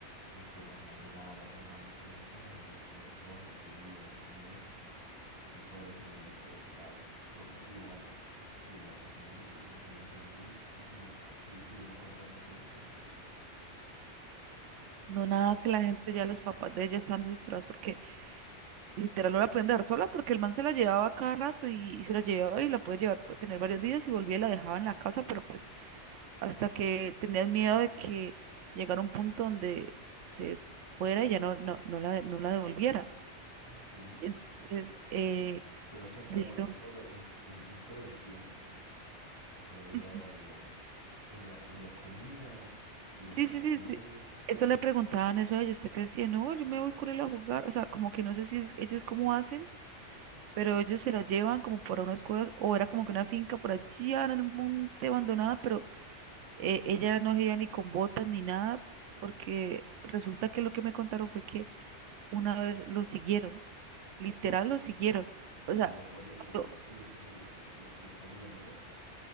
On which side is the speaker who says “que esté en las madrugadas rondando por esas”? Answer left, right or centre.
Left